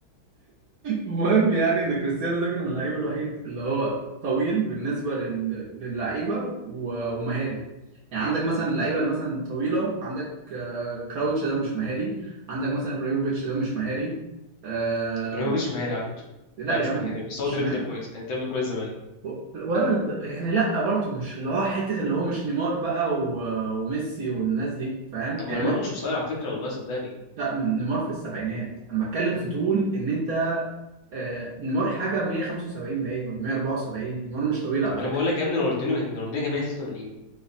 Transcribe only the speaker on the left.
<laughs> ابراهيموفيتش مهاري على فكره
لا
مش
مهاري بس
هو دريبلر
كويس كان دريبلر كويس زمان
طب ما
نيمار
مش قصير على فكره والله صدقني
طب
ما
انا بقول لك يا ابني رونالدينيو رونالدينيو كان 183